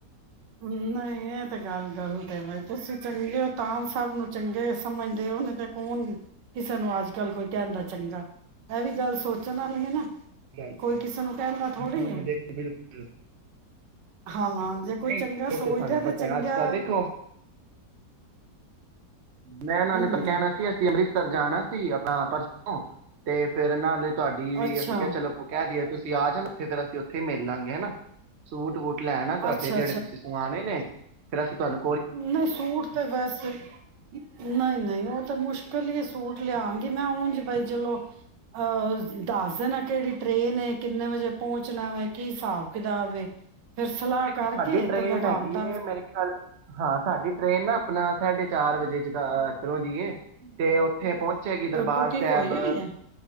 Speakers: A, on the right; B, on the right.
A: ਨ੍ਹੀਂ ਇਹ ਤੇ ਗੱਲ ਗਲਤ ਬਾਈ ਤੁਸੀਂ ਚੰਗੇ ਹੋ ਤਾਮ ਸਭ ਨੂੰ ਚੰਗੇ ਸਮਝਦੇ ਹੋ ਨਹੀਂ ਤੇ ਕੌਣ, ਕਿਸੇ ਨੂੰ ਅੱਜ ਕੱਲ ਕੋਈ ਕਹੰਦਾ ਚੰਗਾ ਇਹ ਵੀ ਗੱਲ ਸੋਚਣ ਵਾਲੀ ਐ ਨਾ।
B: <unintelligible>
A: ਕੋਈ ਕਿਸੇ ਨੂੰ ਕਹਿੰਦਾ ਥੋੜ੍ਹੀ
B: ਹਾਂ
A: ਹੈ
B: ਦੇਖੋ ਬਿਲਕੁਲ
A: ਹਾਂ ਜੇ
B: ਨਹੀਂ
A: ਕੋ ਚੰਗਾ
B: ਉਹ
A: ਸੋਚਦਾ
B: ਸਾਨੂੰ
A: ਤੇ
B: ਪਤਾ
A: ਚੰਗਾ
B: ਅੱਜ ਕੱਲ ਦੇਖੋ ਮੈਂ ਨਾਲੇ
A: ਹਮ
B: ਤੇ ਕਹਿਣਾ ਸੀ ਅਸੀਂ ਅੰਮ੍ਰਿਤ ਜਾਣਾ ਸੀ ਆਪਣਾ ਪਰਸੋਂ ਤੇ ਫੇਰ ਨਾਲੇ ਤੁਹਾਡੀ ਵੀ
A: ਅੱਛਾ
B: ਅਸੀਂ ਕਿਹਾ ਚਲੋ ਕਹਿ ਦਇਏ ਤੁਸੀਂ ਤੁਸੀਂ ਆ ਜਾਣਾ ਉੱਥੇ, ਫੇਰ ਅਸੀਂ ਉੱਥੇ ਹੀ ਮਿਲ ਲਾਂਗੇ ਹਨਾ। ਸੂਟ ਵੂਟ ਚ ਈ ਲੈ ਆਣਾ ਤੁਹਾਡੇ
A: ਅੱਛਾ
B: ਜਿਹੜੇ ਤੁਸੀਂ ਸੁਆਣੇ ਨੇ ਫਿਰ ਅਸੀਂ ਤੁਆਨੂੰ
A: ਨਈਂ ਸੂਟ ਤਾਂ ਵੈਸੇ ਨਈਂ ਨਈਂ ਉਹ ਤਾਂ ਮੁਸ਼ਕਿਲ ਹੈ ਏ ਸੂਟ ਲਿਆਂਗੀ ਮੈਂ ਉਂਜ ਬਾਈ ਚਲੋ ਅਹ ਦੱਸ ਦੇਣਾ ਕਿਹੜੀ ਟ੍ਰਰੇਨ ਕਿੰਨੇ ਵਜੇ ਪਹੁੰਚਣਾ ਵੈਂ ਕੀ ਹਿਸਾਬ ਕਿਤਾਬ ਫਿਰ ਸਲਾਹ
B: ਦੇਖੋ
A: ਕਰਕੇ
B: ਸਾਡੀ ਟ੍ਰੇਨ
A: ਤੇ ਮੈਂ ਤੁਆਨੂੰ
B: ਹੈਗੀ
A: ਦਸੱ
B: ਏ ਮੇਰੇ ਖਿਆਲ ਹਾਂ ਸਾਡੀ ਟ੍ਰੇਨ ਨਾ ਆਪਣਾ ਸਾਡੇ ਚਾਰ ਵਜੇ ਚ ਇਧਰੋਂ ਦੀਏ ਤੇ ਉੱਥੇ ਪਹੁੰਚੇਗੀ ਦਰਬਾਰ
A: ਤੇ ਬੁਕਿੰਗ
B: ਸਾਹਿਬ
A: ਹੋਈ ਹੋਈ ਹੈ